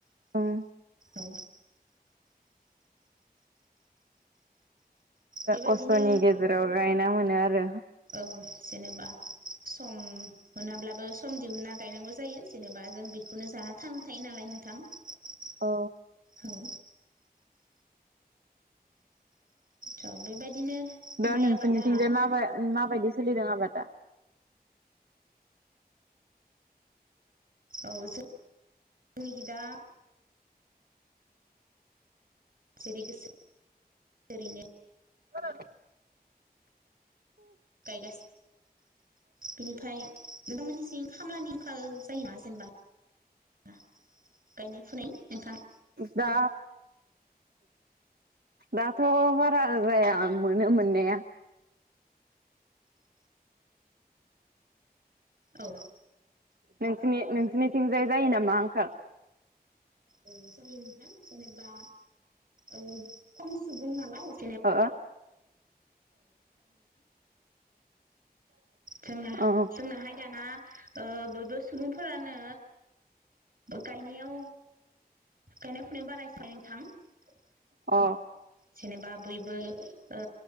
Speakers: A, on the right; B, on the right.
A: ओं
B: औ। बेबायदिनो
A: खस्थ'नि गेजेराव गायना मोनो आरो
B: औ जेनेबा सम मोनाब्ला सम दिहुनना गायनांगौ जायो जेनेबा जों बेखौनो जाना थांना थायो नालाय नोंथां ।
A: औ।
B: औ। थ' बेबायदिनो
A: दा
B: माइ
A: नोंसोरनिथिंजाय
B: आबादा
A: म माबायदि सलि दङ बा?
B: औ जों जोंनिखि दा <inaudible>
A: <inaudible>
B: गायगा बिनिफ्राय नोंथांमोननिसिम खामलानि आंखाल जायोना जेनेबा गायनाय फुनाय नोंथां?
A: दा दाथ' बारा जाया मोनो मोननाया
B: औ।
A: नोंसिनि नोंसिनिथिंजाय जायो नामा आंखाल?
B: औ जायोथां जेनेबा ओ खम सुबुं नालाय <inaudible>
A: अ
B: जोंना
A: अ अ
B: जोंनाहाय दाना ओ बो बो सुबुंफोरानो गायनायाव गायनाय फुनायाव बारायसाय नोंथां ।
A: अ
B: जेनेबा बयबो ओ